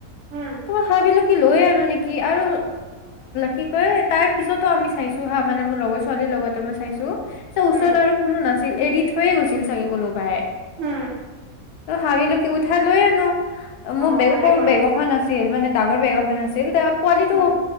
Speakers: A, on the right; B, on the left.
A: উম
B: তোমাৰ হাবিলো কি লৈ আৰু নেকি আৰু কি কয় তাৰ পিছতো আমি চাইছো হা মানে মোৰ লগৰ ছোৱালীৰ লগতে মই চাইছো চ ওচৰত
A: উম
B: আৰু কোনো নাছিল এৰি থৈয়ে গৈছিল চাগে কোনোবাই
A: উম
B: ত হাৱি ল উঠাই লৈ আ ন মোৰ
A: অ
B: বেগ
A: ভালে
B: সৰু
A: কৰিছা
B: বেগ এখন আছিল মানে ডাঙৰ বেগ এখন আছিল তেওঁ পোৱালিটো
A: উম